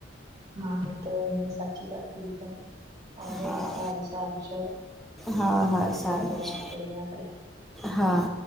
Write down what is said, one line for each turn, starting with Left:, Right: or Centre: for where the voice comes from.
Right: હા એ તો ઘણી સાચી વાત કીધી તમે. વાંધો
Centre: હા
Right: ને સારું સારું ચડ
Centre: હા હા
Right: પછી
Centre: સારું
Right: વાતે વાત
Centre: છે
Right: કરીએ આપડે.
Centre: હા.